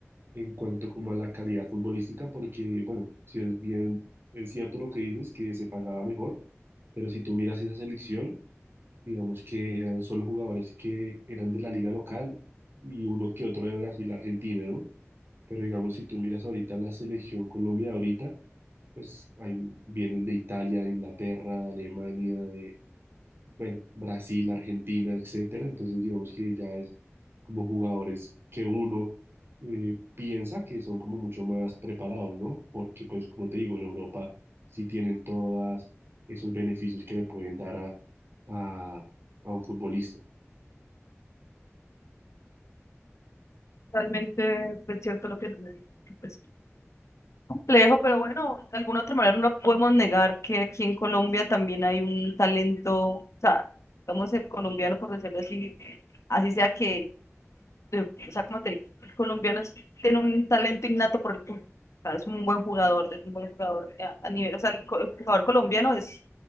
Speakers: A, on the right; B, on the left.
A: en cuanto como a la calidad futbolística, porque bueno, si es bien, es cierto lo que dices, que se pagaba mejor, pero si tú miras esa selección, digamos que eran solo jugadores que eran de la liga local y uno que otro de Brasil, Argentina, ¿no? Pero digamos, si tú miras ahorita la selección Colombia de ahorita, pues hay, vienen de Italia, de Inglaterra, de Alemania, de, bueno, Brasil, Argentina, etcétera. Entonces, digamos que ya es como jugadores que uno eh, piensa que son como mucho más preparados, ¿no? Porque, pues, como te digo, en Europa sí tienen todos esos beneficios que le pueden dar a, a, a un futbolista.
B: Realmente es cierto lo que tú me dices, pues complejo, pero bueno, de alguna otra manera no podemos negar que aquí en Colombia también hay un talento, o sea, digamos el colombiano, por decirlo así, así sea que, eh, o sea, como te digo, el colombiano es- tiene un talento innato por el fútbol, o sea, es un buen jugador, es un buen jugador eh, a, a nivel, o sea, el, co- el jugador colombiano es,